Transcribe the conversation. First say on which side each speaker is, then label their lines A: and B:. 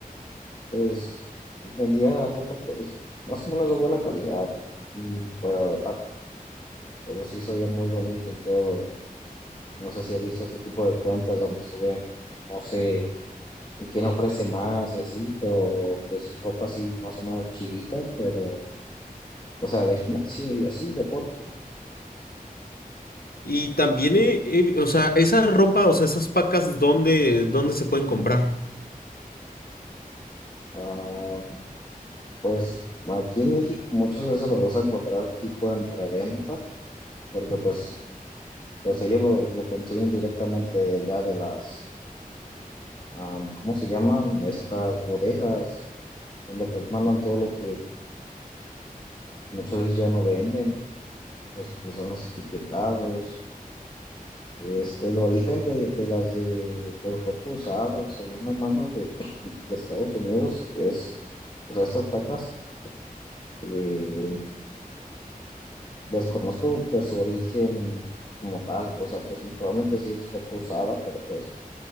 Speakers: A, on the left (about 30°); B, on the left (about 90°).
A: pues vendía ropa pues más o menos de buena calidad, mm, pero de paca, pero sí se veía muy bonito y todo, no sé si has visto ese tipo de cuentas donde suben, no sé y quién ofrece más y así, pero pues ropa así más o menos chidita, pero, o sea, de gimnasio y así, deporte.
B: Y también, he- he- o sea, esa ropa, o sea, esas pacas, ¿dónde, dónde se pueden comprar?
A: Ah, pues aquí en México muchas veces lo vas a encontrar tipo en reventa, porque pues, pues ellos lo, lo consiguen directamente de allá de las, am, ¿cómo se llaman? Estas bodegas, donde pues mandan todo lo que muchas veces ya no venden, pues que son los etiquetados. Este, el origen de, de las de pues, ropa usada o segunda mano de Estados Unidos es, o sea, estas patas, eh, desconozco pues su origen como tal, o sea, pues probablemente sí es ropa usada, pero pues,